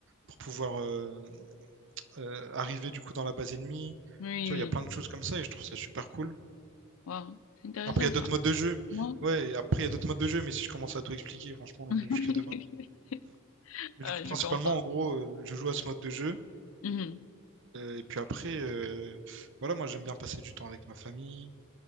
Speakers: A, on the right (about 60°); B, on the left (about 65°).
A: pour pouvoir euh, euh, arriver du coup dans la base ennemie.
B: Oui,
A: Tu vois, il y a plein
B: oui.
A: de choses comme ça et je trouve ça super cool.
B: Wow, c'est intéressant,
A: Après, il y a
B: ça.
A: d'autres modes de jeu.
B: Moi,
A: Ouais, après, il y a d'autres modes de jeu, mais si je commence à tout expliquer, franchement,
B: <laughs>
A: on est jusqu'à demain. Mais
B: Ah,
A: du coup, principalement,
B: je comprends.
A: en gros, euh, je joue à ce mode de jeu.
B: Mhm,
A: euh, et puis après, euh, voilà, moi, j'aime bien passer du temps avec ma famille,